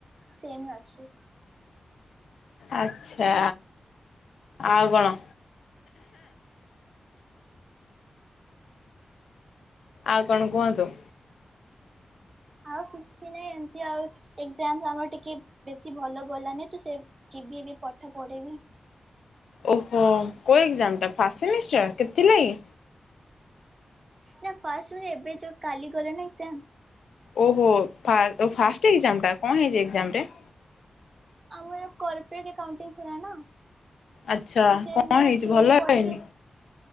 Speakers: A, on the right; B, on the left.
A: ସେମ୍ ଅଛି
B: ଆଛା ଆଉ କଣ? ଆଉ କଣ କୁହନ୍ତୁ?
A: ଆଉ କିଛି ନାହିଁ ଏମିତି ଆଉ ଏକଜାମ ଆମର ଟିକେ ବେଶୀ ଭଲ ଗଲାନି ତ ସେ ଯିବି ଏଵେ ପାଠ ପଢ଼ିବି
B: ଓହୋ କୋଉ ଏକଜାମ ଟା ଫାଷ୍ଟ ସେମିଷ୍ଟର କେତେଥିଲା କି?
A: ନା ଫାଷ୍ଟ ଏବେ ଯୋଉ କାଲି ଗଲେ ନା ଏକଜାମ
B: ଓହୋ! ଫା-ଫାଷ୍ଟ ଏକଜାମଟା କଣ ହେଇଛି ଏକଜାମରେ?
A: ଆମର କର୍ପୋରେଟ୍ ଆକାଉଣ୍ଟିଂ ଥିଲା ନା।
B: ଆଚ୍ଛା
A: ତ ସେ
B: କଣ
A: ମୁଁ
B: ହେଇଛି
A: ଥିଓରି
B: ଭଲ
A: ପଢିକି
B: ହେଇନି